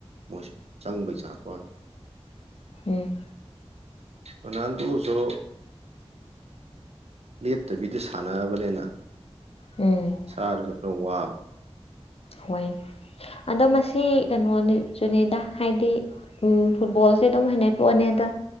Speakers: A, on the right (about 70°); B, on the left (about 65°).
A: ꯃꯣꯏ ꯆꯪꯕꯩ ꯆꯥꯡꯁ ꯋꯥꯡꯉꯤ
B: ꯎꯝ
A: ꯔꯣꯅꯥꯜꯗꯣꯁꯨ ꯂꯦꯞꯇꯕꯤꯗ ꯁꯥꯟꯅꯔꯕꯅꯤꯅ
B: ꯎꯝ
A: ꯃꯁꯥ ꯗꯨꯁꯨ ꯈꯔ ꯋꯥꯕ
B: ꯍꯣꯏ ꯑꯗꯣ ꯃꯁꯤ ꯀꯩꯅꯣꯅꯤ ꯁꯨꯅꯤꯗ ꯍꯥꯏꯗꯤ ꯎꯝ ꯐꯨꯠꯕꯣꯜꯁꯦ ꯑꯗꯨꯝ ꯍꯩꯅꯩ ꯄꯣꯠꯅꯤꯗ